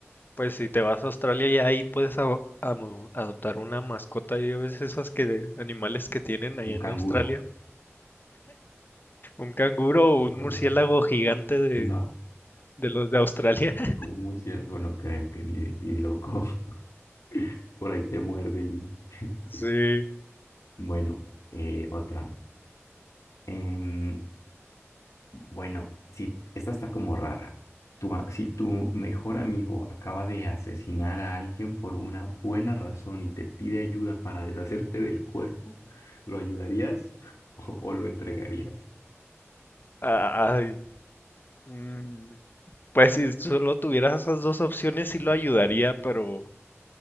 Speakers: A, on the left (about 40°); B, on the left (about 90°).
A: Pues si te vas a Australia y ahí puedes ado- amo- adoptar una mascota. Ya ves esas que de animales que tienen allá
B: Un canguro.
A: en Australia. Un canguro o
B: Un
A: un
B: canguro.
A: murciélago gigante de,
B: No.
A: de los de Australia. <laughs>
B: Un murciélago no creo que ni, ni loco. <laughs> Por ahí te muerde y... <laughs>
A: Sí.
B: Bueno, eh, otra. Em, bueno, si, esta está como rara. Tu a- si tu mejor amigo acaba de asesinar a alguien por una buena razón y te pide ayuda para deshacerte del cuerpo, ¿lo ayudarías <laughs> o, o lo entregarías?
A: Ay. mm, Pues si solo tuvieras esas dos opciones sí lo ayudaría, pero,